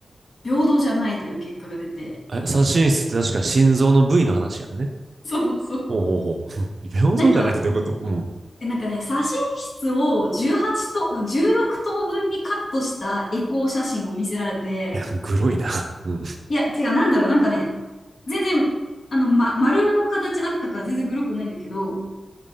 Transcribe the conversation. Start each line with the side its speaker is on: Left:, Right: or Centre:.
Left: 平等じゃないという結果が出て、
Right: え、左心室って確か心臓の部位の話やんね。
Left: そうそう。
Right: ほうほうほう。うん平等じゃないってどういうことうん。
Left: なんか、えなんかね、写真室を18と、16等分にカットしたエコー写真を見せられて、
Right: いや、グロいな。うん。
Left: いや、違う、なんだろう、なんかね、全然、あの、ま、丸の形だったから全然グロくないんだけど、